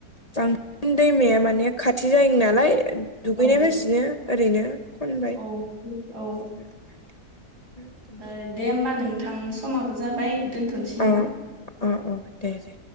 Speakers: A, on the left; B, on the right.
A: बांसिन दैमाया माने खाथि जायो नालाय दुगैनाय
B: औ
A: फाजैनो ओरैनो खनबाय ।
B: औ औ
A: <inaudible>
B: ओ, दे होमबा नोंथां समाबो जाबाय दोनथ'नोसै नामा?
A: अ अ अ दे दे